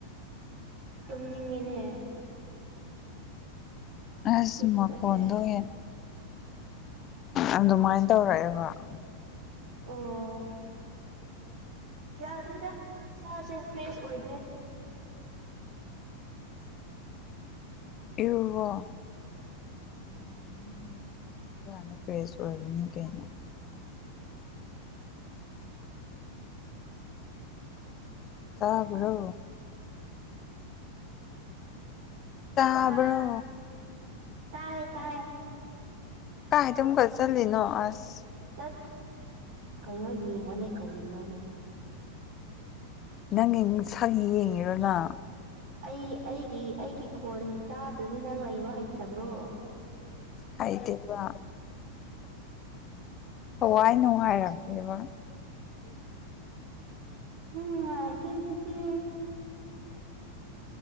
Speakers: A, on the right (about 50°); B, on the left (about 30°).
A: ꯇꯨꯝꯅꯤꯡꯉꯦꯅꯦ
B: ꯑꯁ
A: ꯍꯤꯞꯄꯁꯦ
B: ꯃꯈꯣꯟꯗꯣ ꯍ ꯑꯗꯨꯃꯥꯏꯅ ꯇꯧꯔꯛꯑꯦꯕ ꯋꯥ
A: ꯑꯣ ꯌꯥꯗ꯭ꯔꯦꯗ ꯁꯥꯁꯦ ꯐ꯭ꯔꯦꯁ ꯑꯣꯏꯗ꯭ꯔꯦ
B: ꯏ ꯋꯥꯣ
A: ꯎꯝ ꯎꯝ
B: ꯅꯦ ꯐ꯭ꯔꯦꯁ ꯑꯣꯏꯔꯅꯤ ꯀꯩꯩꯅ ꯇꯥꯕ꯭ꯔꯣ ꯇꯥꯕ꯭ꯔꯣ
A: ꯍꯥꯥ ꯇꯥꯏ ꯇꯥꯏ
B: ꯑ ꯀꯥꯏ ꯇ ꯑꯃꯨꯀ ꯆꯜꯂꯤ ꯅ ꯑꯁ
A: ꯠꯇ ꯀꯩꯅ ꯌꯦ ꯃꯅꯦ ꯀꯔꯤ ꯅ
B: ꯅꯪꯒꯤ ꯁꯛ ꯌꯦꯡꯉꯤꯔꯣꯅ
A: ꯑꯩ ꯑꯩꯒꯤ ꯑꯩꯒꯤ ꯈꯣꯟ ꯇꯥꯗ꯭ꯔꯗꯤ ꯅꯪ ꯂꯩꯕ ꯍꯩꯇꯕ꯭ꯔꯣ
B: ꯍꯥꯏꯗ ꯋꯥ ꯍꯋꯥꯏ ꯅꯨꯡꯉꯥꯏꯔꯄꯕ
A: ꯎꯝ ꯀꯦ ꯑꯗꯨꯗꯤ